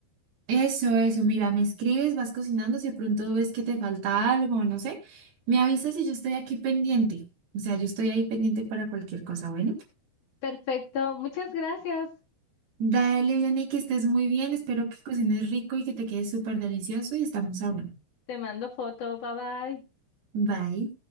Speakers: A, on the right; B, on the left.
A: Eso, eso, mira, me escribes, vas cocinando, si de pronto ves que te falta algo, no sé, me avisas y yo estoy aquí pendiente. O sea, yo estoy ahí pendiente para cualquier cosa, bueno.
B: Perfecto, muchas gracias.
A: Dale, Vianney, que estés muy bien, espero que cocines rico y que te quede súper delicioso y estamos hablando.
B: Te mando foto, bye bye.
A: Bye.